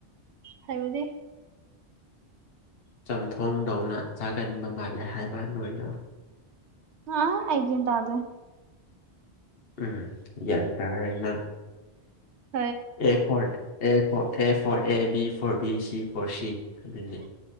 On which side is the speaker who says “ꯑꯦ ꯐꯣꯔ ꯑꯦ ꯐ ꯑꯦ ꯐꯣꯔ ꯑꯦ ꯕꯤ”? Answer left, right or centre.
Left